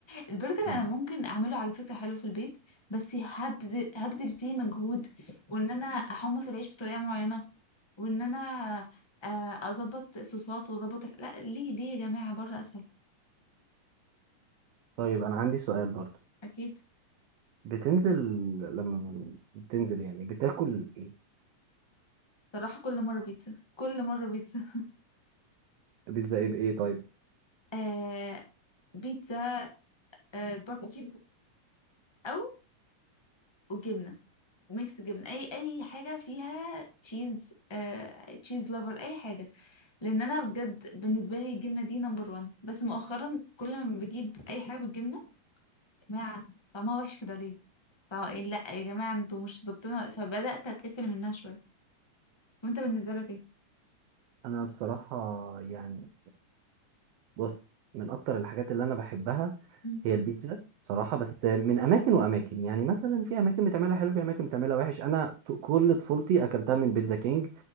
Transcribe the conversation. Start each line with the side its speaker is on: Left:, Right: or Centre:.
Left: البرجر انا
Right: ماشي
Left: ممكن اعمله على فكره حلو في البيت بس هبذل هبذل فيه مجهود وان انا احمص العيش بطريقه معينه وان انا آه، اظبط الصوصات واظبط ال- لا ليه ليه يا جماعه بره اسهل
Right: طيب انا عندي سؤال برضو
Left: اكيد
Right: بتنزل لما بتنزل يعني بتاكل ايه
Left: بصراحه كل مره بيتزا كل مره بيتزا
Right: بيتزا ايه بايه طيب
Left: آه بيتزا آه باربيكيو او وجبنه ميكس جبنه اي اي حاجه فيها تشيز آه تشيز لوفر اي حاجه لان انا بجد بالنسبه لي الجبنه دي نمبر وان بس مؤخرا كل ما بجيب اي حاجه بالجبنه يا جماعه طعمها وحش كده ليه طع... إيه، لا يا جماعه انتوا مش ظابطينها فبدات اتقفل منها شويه وانت بالنسبه لك
Right: انا بصراحه يعني بص من اكتر الحاجات اللي انا بحبها
Left: ايه
Right: هي البيتزا بصراحة بس من اماكن واماكن يعني مثلا في اماكن بتعملها حلو في اماكن بتعملها وحش انا ط- كل طفولتي اكلتها من بيتزا كينج